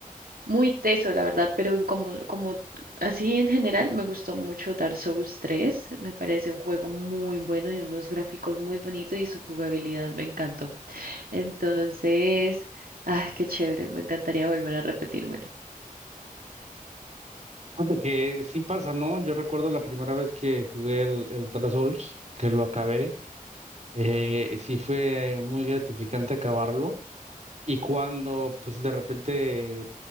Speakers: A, on the right; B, on the right.
A: Muy teso, la verdad, pero en como, como así en general me gustó mucho Dark Souls tres Me parece un juego muy bueno y unos gráficos muy bonitos y su jugabilidad me encantó. Entonces, ah qué chévere, me encantaría volver a repetírmelo.
B: Fíjate Que sí pasa, ¿no? Yo recuerdo la primera vez que jugué el, el Dark Souls, que lo acabé. eh, sí fue eh, muy gratificante acabarlo. Y cuando pues de repente